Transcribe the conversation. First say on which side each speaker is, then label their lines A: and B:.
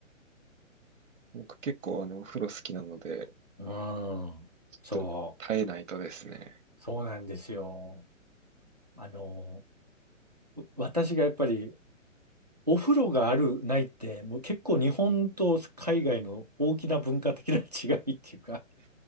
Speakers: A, on the right; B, on the right.
A: 僕結構あの、お風呂好きなので、
B: うん。そ
A: と、耐えないとですね。
B: う。そうなんですよ。あの、う私がやっぱりお風呂がある、ないって、もう結構日本と海外の大きな文化的な違いっていうか、